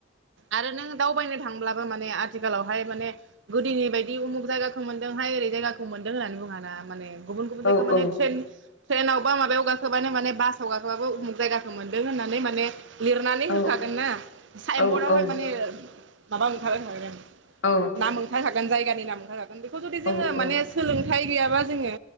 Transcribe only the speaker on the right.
आरो नों दावबायनो थांब्लाबो माने आथिखालावहाय माने गोदोनि बायदि उमुख जायगाखौ मोनदों हाय ओरै जायगाखौ मोनदों होननानै बुङा ना माने। गुबुन गुबुन
जायगा मानेे
त्तेन त्तेनावबा माबायाव गा खोबानो माने बासाव गाखोबानो उमुग जायगाखो मोन - बे होननानै माने लिरनानै
होखागोन ना साइनबर्डआवहाय
माने माबा ओंखा होखागोन।
नाम ओंखार खागोन जायगा आंनि नाम <unintelligible> बेखौ जुदि
जोङो
माने सोलोंथाइ गैया <unintelligible> जोङो।